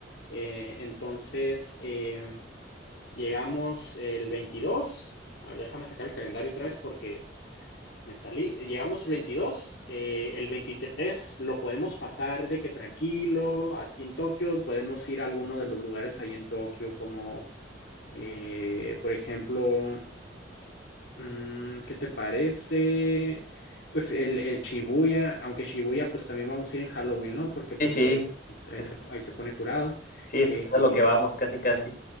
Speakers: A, on the left (about 70°); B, on the left (about 50°).
A: Eh, entonces eh, llegamos el 22, a ver, déjame sacar el calendario otra vez porque me salí, llegamos el veintidós eh, el 23 lo podemos pasar de que tranquilo, así en Tokio, podemos ir a alguno de los lugares ahí en Tokio, como eh, por ejemplo, mm, ¿qué te parece? Pues el, el Shibuya, aunque Shibuya pues también vamos a ir en Halloween, ¿no? Porque pues
B: Sí, sí.
A: obviamente es- ahí
B: Es-
A: se, ahí se pone curado.
B: sí,
A: Eh,
B: pues, es a
A: eh,
B: lo que vamos, casi, casi.